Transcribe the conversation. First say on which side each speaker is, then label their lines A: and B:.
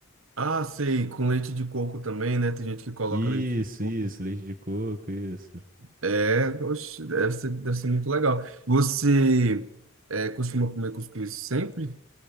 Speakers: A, on the right (about 70°); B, on the right (about 40°).
A: Ah, sei, com leite de coco também, né? Tem gente que coloca
B: Isso,
A: leite de coco.
B: isso, leite de coco, isso.
A: É, oxe, deve ser, deve ser muito legal. Você é, costuma comer cuscuz sempre?